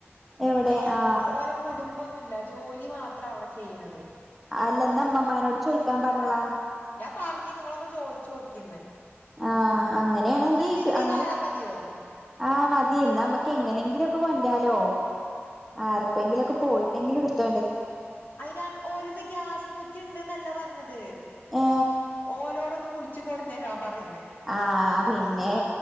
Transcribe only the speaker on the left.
ഏ
ഓലെ കുടുംബൊന്നുല്ല ജോലി ണി മാത്ര അവിടെ ചെയ്യ്ണത്
പറഞ്ഞീനു ങ്ങളൊന്ന് ചോയ്ചോക്കിന്ന്
ജില്ലീലായാ
മതിയോ
അയിനാ ഓലത്തെ ഗ്യാസും കുറ്റി ഉണ്ടന്നല്ല പറഞ്ഞത്.
ഓലോട ഒന്ന് വിളിച്ചു കൊടുന്ന രാ പറ പറയ്.